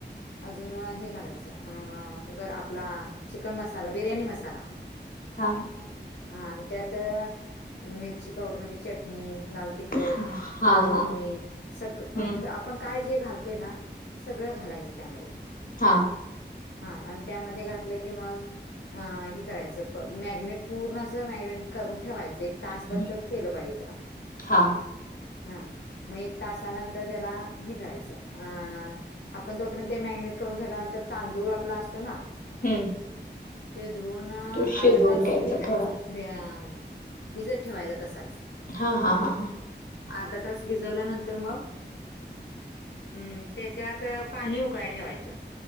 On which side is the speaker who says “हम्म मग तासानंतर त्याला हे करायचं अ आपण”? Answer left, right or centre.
Left